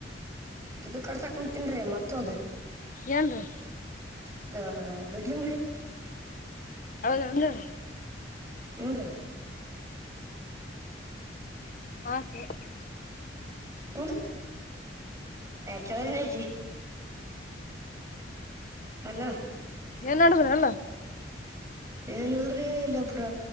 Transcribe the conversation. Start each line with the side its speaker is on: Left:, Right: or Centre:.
Right: ಇದದು ಕರ್ಸಾಕ <unintelligible> ತಿನ್್ರಿ ಮತ್ತೊಂದು.
Left: ಏನ್ರಿ.
Right: ಇದ ಬಿಡ್ಲಿಂಗಡಿ. <unintelligible>
Left: ಹೌದೌನು.
Right: ಹೋರಿ
Left: ಹಾಕೆ. <unintelligible>
Right: ಹಂದು ನಚರಿ ನಜಿ. <unintelligible> ಹಲೋ
Left: ಏನ್ ನಡುವನಲ್ಲ
Right: ಏನಲ್ರಿ ಇಲ್ಲೊಬ್ರ